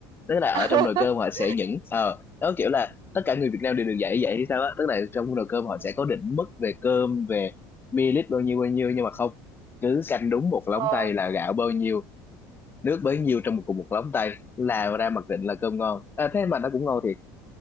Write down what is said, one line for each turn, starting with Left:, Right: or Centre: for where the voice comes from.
Left: tức là
Right: <laughs>
Left: ở trong nồi cơm họ sẽ những ờ đó kiểu là tất cả người Việt Nam đều được dạy vậy hay sao á tức là trong nồi cơm họ
Right: Ừ.
Left: sẽ có định mức về cơm về ml bao nhiêu bao nhiêu nhưng mà không cứ canh đúng một lóng
Right: ờ
Left: tay là gạo bao nhiêu nước bấy nhiêu trong một cùng một lóng tay là ra mặc định là cơm ngon à, thế mà nó cũng ngon thiệt